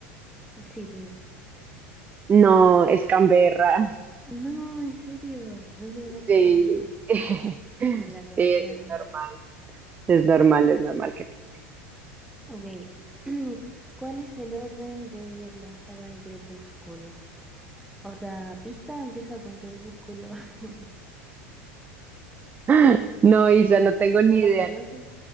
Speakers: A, in the centre; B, on the right.
A: Sydney.
B: No, es Canberra.
A: No, en serio, pensé que era
B: Sí,
A: Sydney.
B: <laughs> sí, eso
A: Me la cambiaron.
B: es normal. Es normal, es normal que... <laughs>
A: Ok. <clears throat> ¿Cuál es el orden de la saga de Crepúsculo? O sea, pista empieza con crepúsculo. <laughs>
B: ¡Ah! No, Isa, no tengo
A: ¿No
B: ni
A: las
B: idea.
A: conoces?